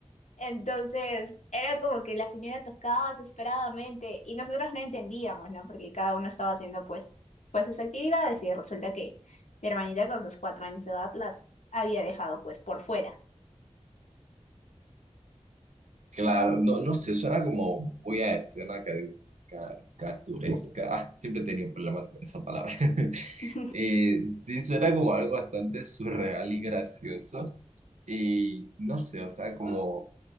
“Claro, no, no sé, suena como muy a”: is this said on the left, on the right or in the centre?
Right